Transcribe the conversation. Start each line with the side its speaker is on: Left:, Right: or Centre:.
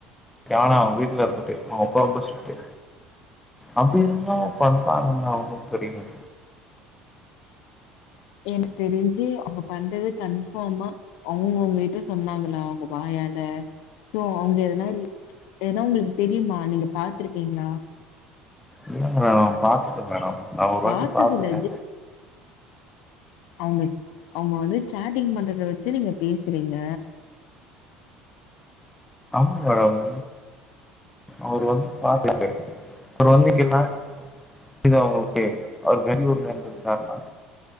Centre: யானா அவுங்க வீட்ல இருந்துட்டு அவ அப்பா ரொம்ப ஸ்ட்ரிட்டு அப்டி இருந்து பண்றாங்கன்னா ஒன்னு புரிலியே
Left: எனக்கு தெரிஞ்சு அவுங்க பண்றது கன்ஃபாமா அவுங்க உங்கிட்ட சொன்னாங்களா அவுங்க வாயால சோ அவுங்க எதுனா ரி எதுனா உங்களுக்கு தெரியுமா நீங்க பாத்துருக்கீங்ளா
Centre: இல்லங்க மேடம் பாத்துட்டே மேடம் நா ஒரு வாட்டி
Left: பார்த்ததில்ல.
Centre: பாத்துட்டே
Left: அவுங்க அவுங்க வந்து சாட்டிங் பண்றத வச்சு நீங்க பேசுறீங்க
Centre: ஆமா மேடம் அவுரு வந்து பாத் <inaudible> அவுரு வந்து எப்டின்னா இது அவுங்களுக்கே அவுரு பெங்களுர்ல இருந்து வந்துட்டார்னா